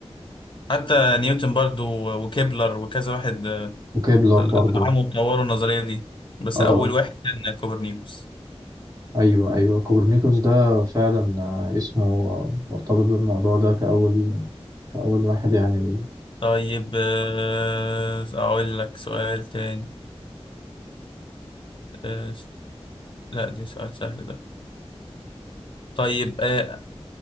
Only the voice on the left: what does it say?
حتى نيوتن برضو و- وكيبلر وكذا واحد آه،
دعموا وطوروا النظريه دي بس
اول
واحد كان كوبرنيكوس
طيب آه، أقول لك سؤال تاني آه، لا ده سؤال سهل ده طيب آه،